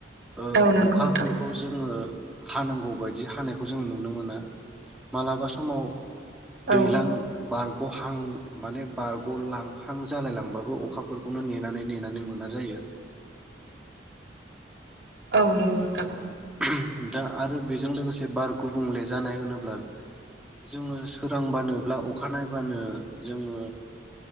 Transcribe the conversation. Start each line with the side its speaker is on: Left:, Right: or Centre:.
Centre: ओ
Right: औ नंगौ
Centre: अखाफोरखौ
Right: नोंथां
Centre: जोङो हानांगौ बायदि हानायखौ जोङो नुनो मोना मालाबा समाव दैलां
Right: औ
Centre: बारग'हां माने बारग' लांहां जालायलांबाबो अखा फोरखौनो नेनानै नेनानै मोना जायो।
Right: औ नंगौ नोंथां।
Centre: औ दा आरो बेजों लोगोसे बार गुबुंले जानाय होनोब्ला जोङो सोरांबानोब्ला अखा नायबानो जोङो